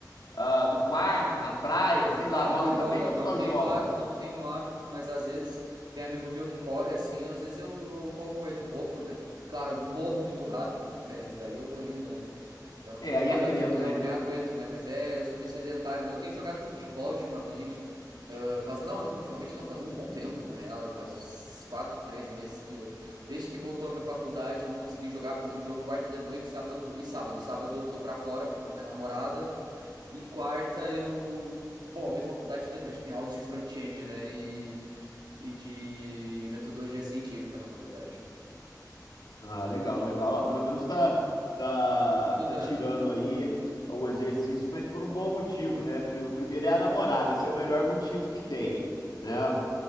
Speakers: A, on the left (about 70°); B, on the right (about 85°).
A: ah, no parque, na praia, sei
B: Claro
A: lá, rola
B: que rola,
A: também ou
B: não
A: só
B: tenho,
A: jogas?
B: há- não tenho hábito, mas às vezes tem amigo meu que corre assim, às vezes eu, eu corro com ele um pouco, né? Claro, eu morro muito rápido, né? Mas aí eu vou indo, né? Eu não
A: É,
B: fico
A: aí
B: parando,
A: é treino,
B: eu
A: né?
B: me aguento, né? Mas é, eu sou meio sedentário, né? Eu tenho jogado futebol ultimamente. ah, faz, não, não, ultimamente não, faz um bom tempo, na real. Faz uns quatro, três meses que eu. Desde que voltou a minha faculdade, eu não consegui jogar, porque eu tenho jogo quarta de noite, sábado e sábado. Sábado eu tô pra fora, eu vou pra minha namorada. E quarta eu. Bom, eu tenho faculdade de noite, tenho aulas de front-end, né? E, e de metodologia científica na faculdade.
A: Ah, legal, legal. Ah, pelo menos tá, tá,
B: Estudando.
A: tá tirando aí o exercício, mas por um bom motivo, né? Pri- O primeiro é a namorada, esse é o melhor motivo que tem, né? Ah,